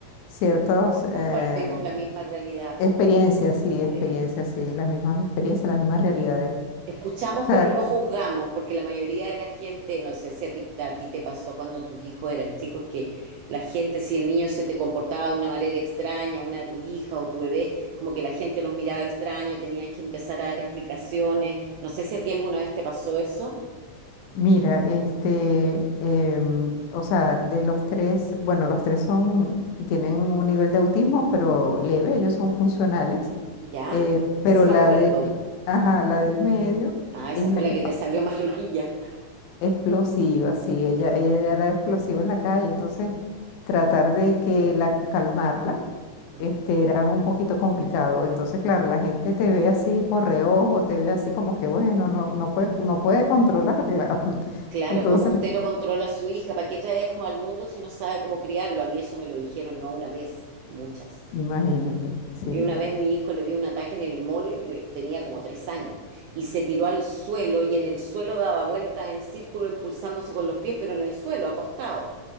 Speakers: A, on the left; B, on the right.
A: ciertas
B: Compartimos
A: eh,
B: la misma realidad.
A: experiencias,
B: pues.
A: sí, experiencias,
B: eh,
A: sí, las mismas experiencias, las mismas realidades.
B: Escuchamos,
A: O sea,
B: pero no juzgamos, porque la mayoría de la gente, no sé si a ti, a ti te pasó cuando tus hijos eran chicos, que la gente, si el niño se te comportaba de una manera extraña, una de tus hijas o tu bebé, como que la gente los miraba extraño, tenías que empezar a dar explicaciones. No sé si a ti alguna vez te pasó eso.
A: mira, este, em, o sea, de los tres, bueno, los tres son, tienen un nivel de autismo, pero leve, ellos son funcionales,
B: ¿Ya?
A: eh,
B: Sí,
A: pero
B: sí, me
A: la
B: acuerdo.
A: de, ajá, la del medio
B: Ah,
A: es
B: esa fue
A: la
B: la
A: que
B: que te salió más loquilla.
A: explosiva, sí, ella, ella era explosiva en la calle, entonces tratar
B: Mm,
A: de que la, calmarla
B: mm.
A: este, era un poquito complicado. Entonces, claro, la gente te ve así por reojo, te ve así como que, bueno, no, no puede, no puede controlarla. <laughs>
B: Claro,
A: Entonces,
B: ¿cómo usted no controla a su hija? ¿Para qué trae hijos al mundo si no sabe cómo criarlo? A mí eso me lo dijeron no una vez, muchas.
A: imagínate, sí.
B: Y una vez mi hijo le dio un ataque en el mall, le- tenía como tres años, y se tiró al suelo y en el suelo daba vueltas en círculo, impulsándose con los pies, pero en el suelo, acostado.